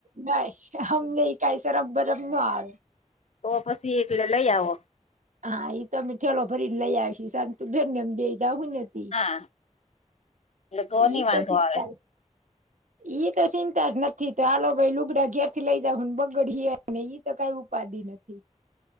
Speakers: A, on the right; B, on the left.
A: નઈ હમ નઈ કઈ સરમ બરમ ન આવે.
B: તો પછી એક <unintelligible> લઈ આવો.
A: હા એ તો અમે ઠેલો ફરીને લઈ આવીશ શંતુભેન ને એમ બે જાહું ને ઈ
B: હા એટલે
A: ઈ
B: નહી
A: તો
B: વાંધો
A: <unintelligible>
B: આવે
A: ઈ તો ચિંતા જ નથી તો હાલો ભાઈ લુગડા ઘેર થી લઇ જાવ હને બગડ ને ઈ તો કઈ ઉપાધિ ન. થી